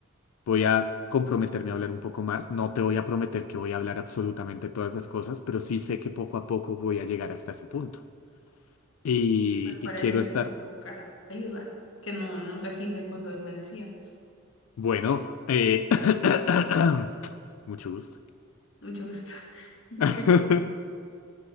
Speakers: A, on the left (about 80°); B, on the left (about 60°).
A: Voy a comprometerme a hablar un poco más. No te voy a prometer que voy a hablar absolutamente todas las cosas, pero sí sé que poco a poco voy a llegar hasta ese punto. Y,
B: Pero para
A: y quiero
B: eso
A: estar,
B: tengo que buscar ayuda, que no nunca quise cuando él me decía.
A: bueno, eh, <coughs> mucho gusto.
B: Mucho gusto. <laughs>
A: <laughs>